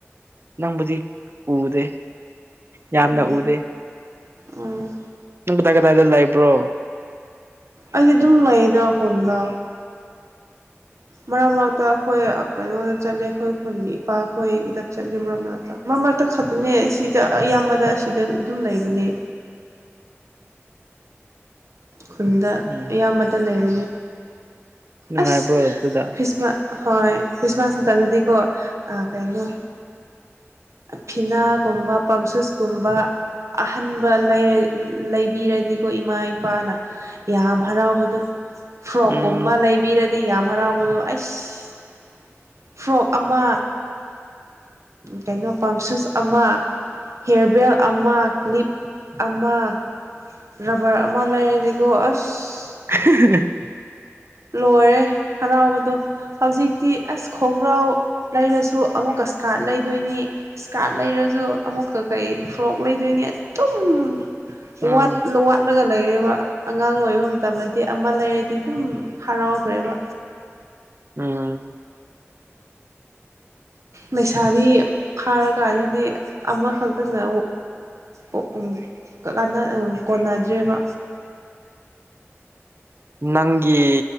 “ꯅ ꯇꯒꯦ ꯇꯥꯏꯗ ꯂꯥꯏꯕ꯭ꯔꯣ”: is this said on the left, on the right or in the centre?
Right